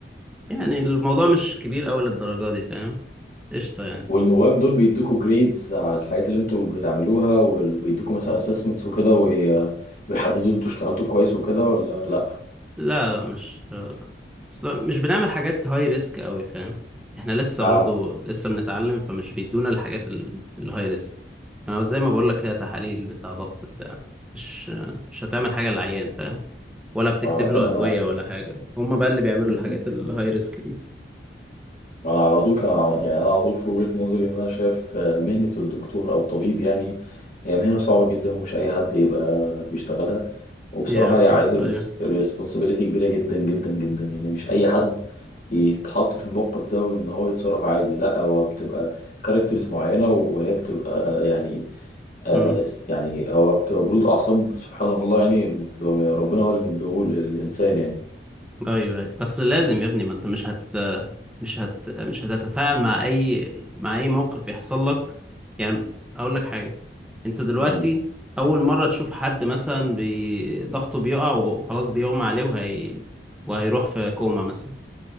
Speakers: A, in the centre; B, on the left.
A: يعني الموضوع مش كبير أوي للدرجه دي فاهم قشطه يعني
B: والنواب دول بيدوكوا جريدز على الحاجات اللي انتوا بتعملوها وال- ويدوكوا مثلا اسسمنتس وكده وي- ويحددوا انتوا اشتغلتوا كويس وكده ولا لا
A: لا لا مش أصل مش بنعمل حاجات هاي ريسك أوي فاهم احنا لسه
B: اه
A: برضو لسه بنتعلم فمش بيدونا الحاجات ال- الهاي ريسك انا زي ما بقول لك هي تحاليل بتاع ضغط بتاع مش مش هتعمل حاجه للعيان فاهم ولا بتكتب
B: عامة
A: له
B: انا
A: ادويه ولا حاجه هما بقى اللي بيعملوا
B: مم.
A: الحاجات الهاي ريسك دي
B: انا على طول كان ع- يعني انا على طول في وجهة نظري ان انا شايف آه، مهنة الدكتور او الطبيب يعني هي مهنة صعبة جدا ومش اي حد يبقى بيشتغلها وبصراحة
A: يا برو
B: هي عايزة
A: ايوه
B: ريسبونسابيلتي كبيرة جدا جدا جدا يعني مش أي حد يتحط في الموقف ده وإن هو يتصرف عادي لأ هو بتبقى كاركترز معينة وهي بتبقى يعني آه
A: امم
B: يعني هو بتبقى برود أعصاب سبحان الله يعني بتبقى ربنا هو اللي مديهول للإنسان يعني
A: ايوه ايوه اصل لازم يا ابني ما انت مش هت مش هت مش هتتفاعل مع اي مع اي موقف يحصل لك يعني اقول لك حاجه انت دلوقتي
B: امم
A: اول مره تشوف حد مثلا بي... ضغطه بيقع وخلاص بيغمى عليه وهي وهيروح في كوما مثلا